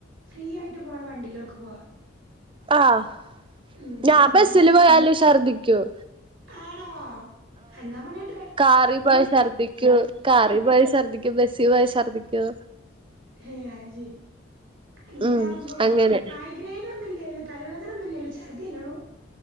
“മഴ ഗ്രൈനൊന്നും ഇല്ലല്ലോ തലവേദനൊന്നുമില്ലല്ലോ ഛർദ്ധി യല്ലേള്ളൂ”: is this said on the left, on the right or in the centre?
Right